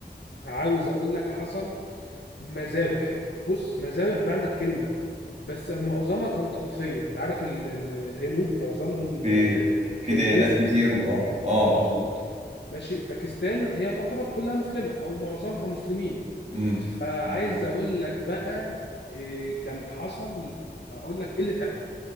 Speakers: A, on the left; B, on the right.
A: عاوز اقول لك حصل مذابح بص مذابح بمعنى الكلمة بس معظمها كان طائفية انت عارف ال- ال- الهنود معظمهم
B: في
A: آه،
B: في
A: هندوس
B: ديانات كتير
A: وسيخيين
B: وآه آه آه
A: اه
B: بالظبط
A: ماشي باكستان هي تعتبر كلها مسلمة او معظمها مسلمين
B: مم.
A: فعايز
B: بالظبط.
A: اقول لك بقى آه، كان حصل اقول لك قلة ادب